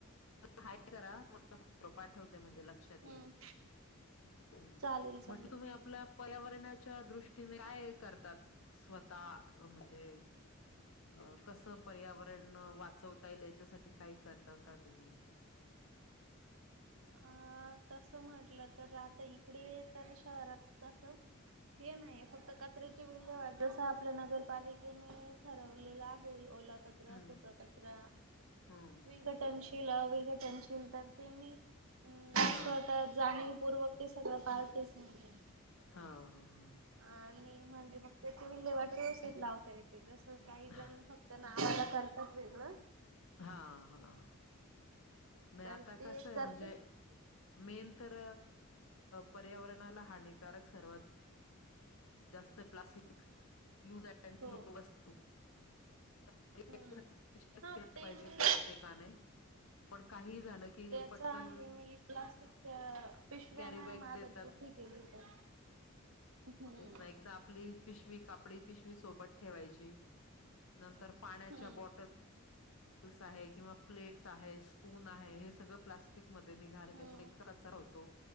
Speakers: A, on the left (about 75°); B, on the right (about 70°).
A: हाय करा तुला फ पाठवते म्हणजे लक्षात
B: हम्म
A: येईल ह्
B: चालेल चालेल
A: म्हटलं तुम्ही आपल्या पर्यावरणाच्या दृष्टीने काय करतात स्वतः अ म्हणजे अ पर्यावरण वाचवता येईल याच्यासाठी काय करता का तुम्ही
B: अ तसं म्हटलं तर आता इकडे शहरात तस हे नाहीे फक्त कचऱ्याची विल्य वाट जस आपल्या नगरपालिके ते मी ठरवलेला आहे ओला कचरा
A: हम्म
B: सुका कचरा
A: हम्म
B: विघटनशील अ विघटनशील तर ते मी अ
A: हा
B: स्वतः जाणीवपूर्वक ते सगळं पाळतेच नाहीये.
A: हा हा हा.
B: आणि म्हणजे मग तेथ विल्लेहेवाट व्यवस्थित लावता यथे जस काही
A: हा
B: जण फक्त तर नावाला करतात वेगळं.
A: हा हा, नाही
B: तर
A: आता
B: ते
A: कस आहे
B: करते
A: म्हणजे मेन तर पर्यावरणाला हानिकारक सर्वात जास्त प्लास्टिक यूज अ
B: हो
A: थ्रो वस्तू च्या
B: हम्म
A: विचार
B: हा
A: केला
B: ते
A: पाहिजे
B: मी
A: प्रत्येकाने पण काही झालं की
B: त्याचा
A: पटकन
B: आहे मी प्लास्टिक पिशव्या
A: कॅरी
B: नाही
A: बॅग
B: मागत
A: देत
B: कुठे गेली तर
A: <inaudible>
B: हम्म
A: तेच ना एक तर आपली पिशवी कापडी पिशवी सोबत ठेवायची, नंतर पाण्याच्या
B: हम्म
A: बॉटलस आहे किंवा प्लेट्स आहे. पून आहे हे सगळं प्लास्टिक मध्ये निघाले
B: हम्म
A: त्याच्या इतका कचरा होतो.